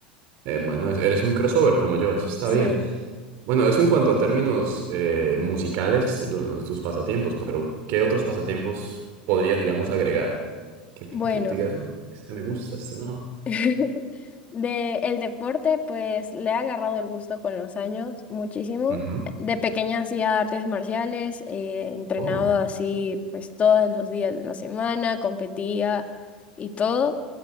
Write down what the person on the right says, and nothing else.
Eh, bueno, es- eres muy crossover como yo, eso está
bien. Bueno, eso en cuanto a términos eh, musicales, tu- tus pasatiempos, pero ¿qué otros pasatiempos podrías, digamos, agregar? Que, que
tú digas, "Bueno, este me gusta, este no.
Ujú.
Oh.